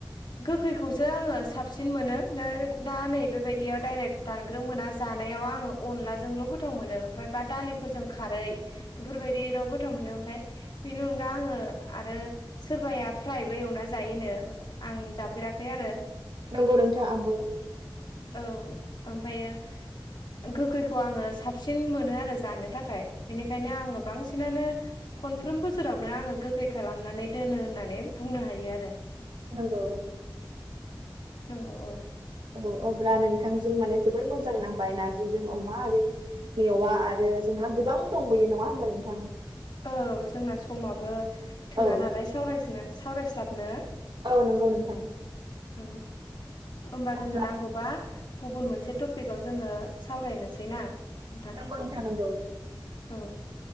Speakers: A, on the left; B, on the right.
A: गोखैखौसो आङो साबसिन मोनो नों दा नै बेबायदियाव डाइरेक्ट दान ग्रो मोना जानायाव आङो अनलाजोंल' गोथाव मोनो ओमफ्राय बा दालिफोरजों खारै बेफोरबायदिल' गोथाव मोनो ओमफाय बेनि अनगा आङो आरो सोरबाया फ्रायबो एवना जायोनो आं जाफेराखै आरो
B: नंगौ नोंथां आंबो
A: औ ओमफायो गोखैखौ आङो साबसिन मोनो आरो जानो थाखाय बेनिखायनो आङो बांसिनानो खनफ्रोम बोसोरावनो आङो गोखै खालामनानै दोनो होननानै बुंनो हायो आरो
B: नंगौ
A: नंगौ औ
B: औ अब्ला नोंथांजों माने जोबोर मोजां नांबाय नारजिजों अमा आरो मेवा आरो जोंहा गोबां दंबोयो नङा होमबा नोंथां?
A: औ जोंना समाबो थोआ
B: औ
A: नालाय सावरायस्नो सावरायस्लाबनो
B: औ नंगौ नोंथां
A: औ ओमबा जोङो
B: अब्ला
A: नांगौबा गुबुन मोनसे टपिकाव जोङो सावरायनोसै ना? नोंथां
B: नंगौ नोंथां नंगौ।
A: औ